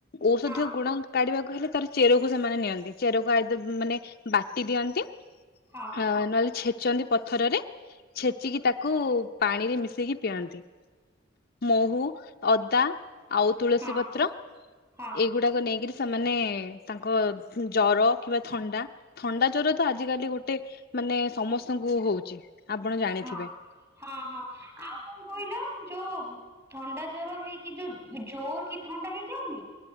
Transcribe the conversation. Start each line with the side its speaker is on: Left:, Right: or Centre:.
Left: ଔଷଧୀୟ
Right: ହଁ
Left: ଗୁଣ କାଢିବାକୁ ହେଲେ ତାର ଚେରକୁ ସେମାନେ ନିଅନ୍ତି ଚେରକୁ ଆ ମାନେ ବାଟି ଦିଅନ୍ତି
Right: ହଁ।
Left: ଅ ନହେଲେ ଛେଚନ୍ତି ପଥରରେ ଛେଚିକି ତାକୁ ପାଣିରେ ମିଶେଇକି ପିଅନ୍ତି। ମହୁ ଅଦା ଆଉ ତୁଳସୀ
Right: ହଁ
Left: ପତ୍ର
Right: ହଁ
Left: ଏ ଗୁଡାକ ନେଇକରି ସେମାନେ ତାଙ୍କ ଜର କିମ୍ବା ଥଣ୍ଡା ଥଣ୍ଡା ଜର ତ ଆଜିକାଲି ଗୋଟେ ମାନେ ସମସ୍ତଙ୍କୁ ହଉଛି। ଆପଣ ଜାଣିଥିବେ।
Right: ହଁ ହଁ ହଁ ଆଉ କଣ କହିଲ ଯୋଉ ଥଣ୍ଡା ଜର ହେଇକି ଯୋଉ ଜୋର କି ଥଣ୍ଡା ହେଇଯାଉନି